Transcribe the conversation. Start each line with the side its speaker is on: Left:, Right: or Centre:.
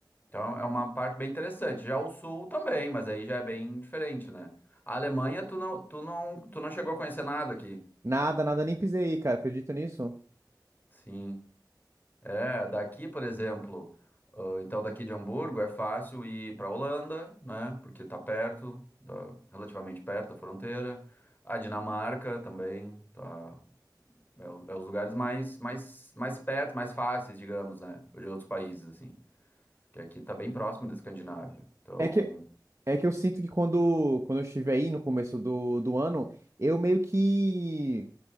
Left: então é uma parte bem interessante. Já o sul também, mas aí já é bem diferente, né? A Alemanha, tu não, tu não, tu não chegou a conhecer nada aqui.
Right: Nada, nada, nem pisei aí, cara. Acredita nisso?
Left: Sim. É, daqui, por exemplo, ah, então daqui de Hamburgo é fácil ir para Holanda, né? Porque tá perto, da- relativamente perto da fronteira. A Dinamarca também, tá, é, o- é os lugares mais, mais, mais perto, mais fáceis, digamos, né? De outros países, assim. Que aqui tá bem próximo da Escandinávia. Então,
Right: É que, é que eu sinto que quando, quando eu estive aí no começo do, do ano, eu meio que